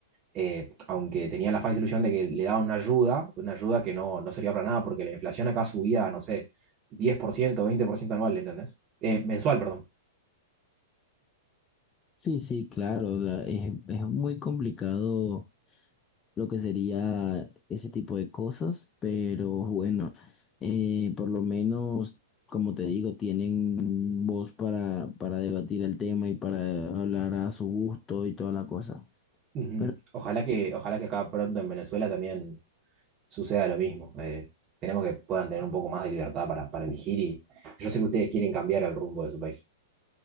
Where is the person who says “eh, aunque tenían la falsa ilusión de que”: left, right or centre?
Right